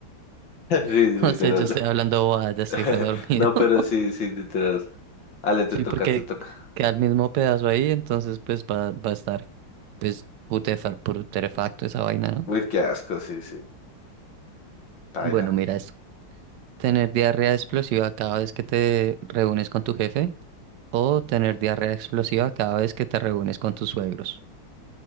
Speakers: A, on the left; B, on the right.
A: Sí, literal.
B: <laughs> No sé, yo estoy hablando bobadas, ya estoy
A: <laughs>
B: redormido.
A: No, pero
B: <laughs>
A: sí, sí, literal. Ale, te
B: Sí,
A: toca,
B: porque
A: te toca.
B: queda el mismo pedazo ahí, entonces pues va, va a estar, pues, putefa- putrefacto esa vaina, ¿no?
A: Uy, qué asco, sí, sí. Paila.
B: Bueno, mira esto. Tener diarrea explosiva cada vez que te reúnes con tu jefe o tener diarrea explosiva cada vez que te reúnes con tus suegros.